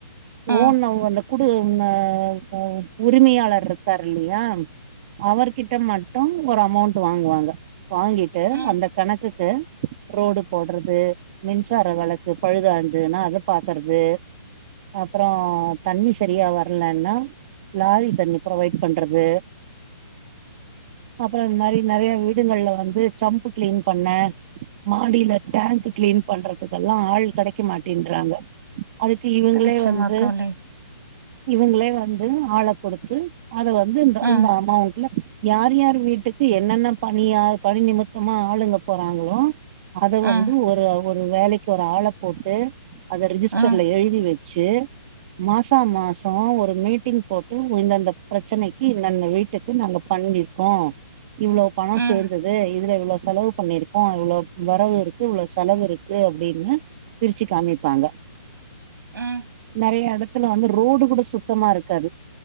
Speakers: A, on the right; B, on the right.
A: ம்,
B: ஓன் அவுங்க அந்த குடு ஆ ஆ உரிமையாளர் இருக்காரு இல்லையா அவர்கிட்ட மட்டு ஒரு அமௌண்ட் வாங்குவாங்க வாங்கிட்டு
A: ம்.
B: அந்த கணக்குக்கு ரோடு போட்றது மின்சார வழக்கு பழுதடுஞ்சுதுன்னா அத பாக்குறத்து அப்புறோ தண்ணி சரியா வரலன்னா லாரி தண்ணி ப்ரொவைட் பண்றது அப்புறே இந்த மாதிரி நெறய வீடுங்கள்ல வந்து சம்பு கிளீன் பண்ண மாடியில டேங்க் கிளீன் பண்றதுக்கெல்லா ஆள் கிடைக்க மாட்டின்றாங்க அதுக்கு இவங்களே
A: நிச்சயமா
B: வந்து
A: தோழி.
B: இவங்களே வந்து ஆள கொடுத்து அத வந்து இந்த
A: ம்,
B: இந்த அமௌண்ட்ல யார் யார் வீட்டுக்கு என்னென்ன பணியா பணி நிமித் தமா ஆளுங்க போறாங்களோ அத
A: ம்,
B: வந்து ஒரு ஒரு வேலைக்கு ஒரு ஆளப் போட்டு அத ரிஜிஸ்டர்ல
A: ம், ம்,
B: எழுதி வச்சு மாசா மாசொ ஒரு மீட்டிங் போட்டு இந்தந்த பிரச்சனைக்கு இந்தந்த வீட்டுக் இது நாங்க பண்ணிருக்கோ இவ்வளோ பணம்
A: ம்,
B: சேர்ந்தது இதுல இவ்வளோ செலவு பண்ணிருக்கோ இவ்வளோ வரவு இருக்கு இவ்வளோ செலவு இருக்கு அப்டின்னு பிருச்சு காமிப்பாங்க
A: ம்.
B: நெறய எடத்துல வந்து ரோடு கூட சுத் சுத்தமா இருக்காது